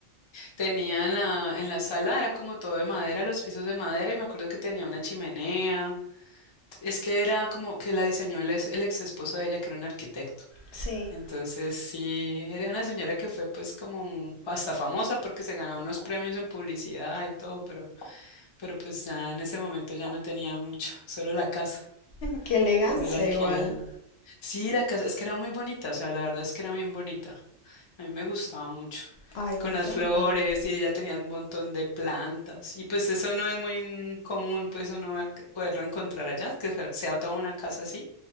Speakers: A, on the left; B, on the left.
A: tenía en la, en la sala, era como todo de madera, los pisos de madera, y me acuerdo que tenía una chimenea. Es que era como que la diseñó el ex, el ex esposo de ella, que era un arquitecto.
B: Sí,
A: Entonces, sí, era una señora que fue pues como mu- hasta famosa porque se ganó unos premios en publicidad y todo, pero, pero pues ya en ese momento ya no tenía mucho, <laughs> solo la casa.
B: qué elegancia
A: Entonces la alquilaba.
B: igual.
A: Sí, la casa, es que era muy bonita, o sea, la verdad es que era bien bonita. A mí me gustaba mucho.
B: Ay,
A: Con
B: me encanta.
A: las flores y ella tenía un montón de plantas. Y pues eso no es muy común, pues uno va- poderlo encontrar allá, que fuera- sea toda una casa así,